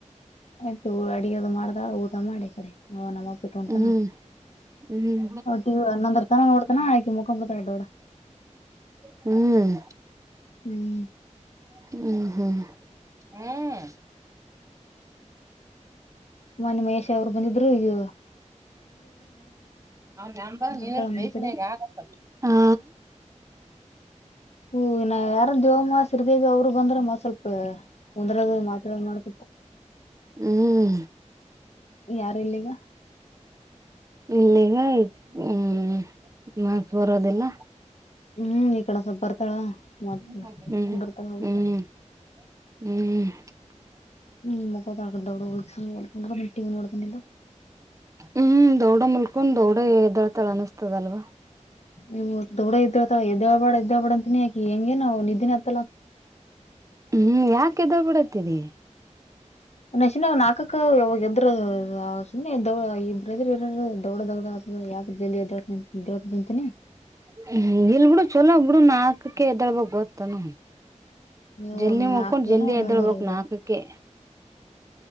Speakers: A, on the left; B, on the right.
A: ಆಯ್ತುಊ ಅಡಿಯದು ಮಾಡ್ದಾ ಊಟ ಮಾಡಿ ಕಡೆ ಹ ನಮ್ಮ ನಮ್ಮಪ್ಪ ಇತ್ತು ಅಂತ
B: ಹ್ಮ್ ಹ್ಮ್
A: ಟಿವಿ ಹನ್ನೊಂದು ಗಂಟೆ ನೋಡ್ತಾನ ಆಕಿ ಮುಕೊಂಡ್ ಬಿತಾೊ
B: ಹ್ಮ್
A: ಹ್ಮ್
B: ಹ್ಮ್ ಹ್ಮ್ ಹ್ಮ್
A: ಮನೆ ಮಹೇಶ್ ಅವ್ರು ಬಂದಿದ್ರು ಈಗ
B: ಅವನ ಅಂಬ ನೀನ
A: ಬರ್ತಾಳ ಮನಿ
B: ಬೇಸಿನಯಾಗ
A: ಕಡೆ
B: ಆಗತ್ತ ಹಾ
A: ಹು ಇನ್ನ ಯಾರ ದೇವಮ್ಮ ಶ್ರೀದೇವಿ ಅವರು ಬಂದ್ರ ಮ ಸ್ವಲ್ಪ ಕುಂದ್ರೋದು ಮಾತಡ್ ಮಾಡ್
B: ಹ್ಮ್
A: ಯಾರ ಎಲ್ಲಿಗ
B: ಇಲ್ಲಿಗ್ ಹ್ಮ್ ಮಾತ್ ಬರೋದಿಲ್ಲ
A: ಹ್ಮ್ ಈ ಕಡಸೊಬ್ ಬರ್ತಾಳ
B: ಹ್ಮ್
A: ಮತ್ ಕುಂದರ್ತಾಳ
B: ಹ್ಮ್
A: ಹೋಗ
B: ಹ್ಮ್
A: ಹ್ಮ್ ಮುಗೋದ ಆದ ಅವಡ ಸಮಯಕೊಂಡ್ರಟ ನೋಡ್ದಿಲ್ಲ
B: ಹ್ಮ್ ದೊಡ್ಡ ಮುಲ್ಕಂದ್ ದೊಡ್ಡ ಎ್ದಳ್ತಾಳ ಅನಸ್ತದಲ್ವಾ
A: ಇವು ದೊಡ್ಡ ಇದ್ದ್ರತ ಎದ್ದ ಬಾಡ್ ಎದ್ಬಾಡ್ ಅಂತನಿ ಯಾಕಿ ಹೆಂಗ ನವು ನಿದ್ದೆ ಹತ್
B: ಹ್ಮ್ ಯಾಕೆದ ಬಿಿಡತಿದಿ
A: ಒಶಿನ ನಾಕಕ್ಕ ಯಾವಾಗ ಎದ್ರರು ಸುಮ್ಮನೆ ದ ಇಬರುದ್ರರ ದೊಡ ದೊಗಡ ಆ ಯಾಕ್ ಎದೋ <inaudible> ದಂತಿನಿ
B: ಹ್ಮ್ ಇಲ್ ಬಿಿಡು ಚೊಲೋ ಬಿಡು ನಾಲ್ಕಕ್ಕೆ ಎದ್ದಳ್ಬು ಗೊತ್ತಾನ
A: ನೀವು
B: ಜಲ್ದಿ ಮುಕೊಂಡು
A: ನಾಲ್ಕೇನೋ
B: ಜಲ್ದಿ
A: ಒಮ್ಮೊಮ್ಮೆ
B: ಎದಳ್ಬೇಕು
A: ಮೂರುವರೆ
B: ನಾಲ್ಕಕೆ